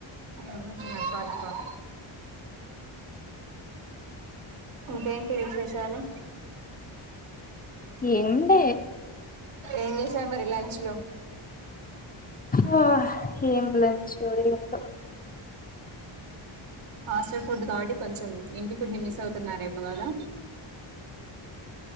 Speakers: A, on the right; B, on the left.
A: మా అక్క వాళ్ళ పాప ఇంకేంటి విశేషాలు
B: ఏం లే
A: ఏం చేసారు మరి లంచ్ లో
B: హొ ఏం లంచో ఏంటో
A: హాస్టల్ ఫుడ్ కాబట్టి కొంచం ఇంటి ఫుడ్ ని మిస్ అవుతున్నారేమో కదా